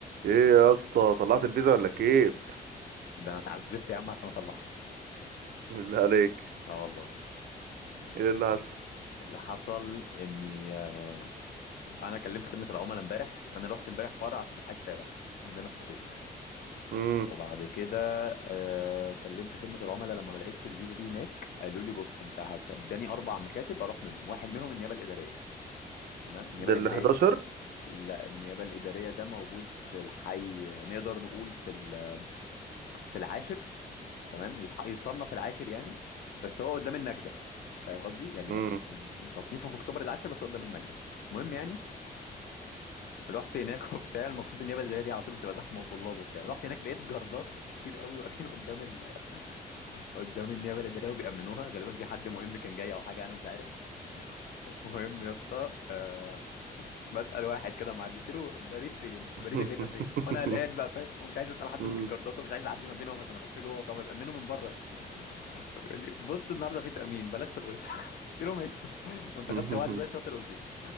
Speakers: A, on the right; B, on the left.
A: ايه يا اسطى طلعت الفيزا ولا كيف
B: ده انا اتعذبت يا عم عشان اطلعها
A: <laughs> بالله عليك
B: اه والله
A: ايه اللي حصل
B: اللي حصل اني آه، انا كلمت خدمه العملاء امبارح انا رحت امبارح فرع في الحي السابع عندنا في اكتوبر
A: امم
B: وبعد كده آه كلمت خدمه العملاء لما ما لقيتش الفيزا دي هناك قالوا لي بص انت هتداني اربع مكاتب اروح منهم واحد منهم النيابه الاداريه تمام النيابه
A: ده
B: الاداريه
A: ال 11
B: لا النيابه الاداريه ده موجود في الحي نقدر نقول في ال- في العاشر تمام يتح... يتصنف العاشر يعني بس هو قدام النجدة فاهم قصدي يعني
A: امم
B: هو تصنيفه في اكتوبر العاشر بس هو قدام النجدة المهم يعني رحت هناك <laughs> وبتاع المفروض النيابة الإدارية دي على طول بتبقى زحمة وطلاب وبتاع رحت هناك لقيت جردات كتير قوي واقفين قدام ال... <laughs> قدام النيابة الإدارية وبيأمنوها غالبا في حد مهم كان جاي أو حاجة أنا مش عارف المهم يا اسطى آه بسأل واحد كده معدي قلت له بريد فين
A: <laughs>
B: البريد اللي هنا فين وانا قلقان بقى فاهم ومش عايز اسال حد
A: أمم.
B: من الجردات ومش عايز اعدي ما بينهم عشان اخش جوه طب يأمنوا من بره يا اسطى فبيقول لي بص النهارده في تأمين بلاش تخش <laughs> قلت له ماشي وانت
A: <laughs>
B: خدت وعدي زي الشاطر ومشيت